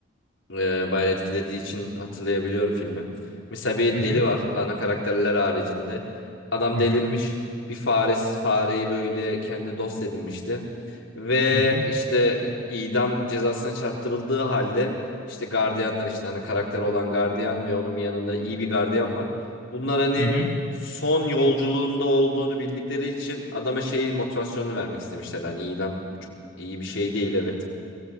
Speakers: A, on the left (about 65°); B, on the left (about 85°).
A: e, bayağı etkilediği için hatırlayabiliyorum filmi. Mesela bir
B: Hı hı
A: deli var ana karakterler haricinde. Adam
B: hı
A: delirmiş.
B: hı
A: Bir faresi, fareyi böyle kendi dost edinmişti. Ve
B: hı
A: işte idam cezasına çarptırıldığı halde işte gardiyanlar işte ana karakter olan gardiyan ve onun bir yanında iyi bir gardiyan var. Bunlar hani
B: hı hı.
A: son yolculuğunda olduğunu bildikleri için adama şey motivasyonu vermek istemişler. Hani idam çok iyi bir şey değil evet.